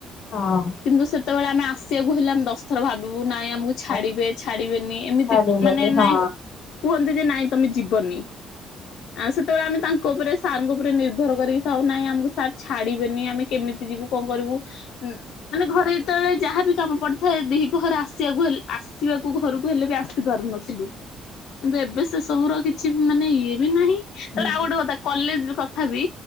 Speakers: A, on the left; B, on the left.
A: ହଁ।
B: କିନ୍ତୁ ସେତେବେଳେ ଆମେ ଆସିବାକୁ ହେଲେ ଆମେ ଦଶଥର ଭାବିବୁ ନାହିଁଆମକୁ ଛାଡିବେ
A: ହଁ।
B: ଛାଡିବେନି ଏମିତି
A: ଛାଡିଗଲି
B: ମାନେ ନାଇଁ
A: ହଁ
B: କୁହନ୍ତି ଯେ ନାଇଁ ତମେ ଯିବନି। ଆଉ ସେତେବେଳେ ଆମେ ତାଙ୍କ ଉପରେ ସାରଙ୍କ ଉପରେ ନିର୍ଭର କରିକି ଥାଉ ନାହିଁ ଆମକୁ ସାର୍ ଛାଡିବେନି ଆମେ କେମିତି ଯିବୁ କଣ କରିବୁ ଉନ ମାନେ ଘରେ ଯେତେବେଳେ ଯାହାବି କାମ ପଡିଥାଏ ଦିହିପହରେ ଆସିବାକୁ ଆସିବାକୁ ଘରକୁ ହେଲେ ବି ଆସି ଦେଖି ପାରୁନଥିଲୁ କିନ୍ତୁ ଏବେ ସେ ସବୁର କିଛି ମାନେ ଇଏ ବି ନାହିଁ
A: ହଁ
B: ତବେ ଆଉ ଗୋଟେ କଥା କଲେଜ ର କଥା ବି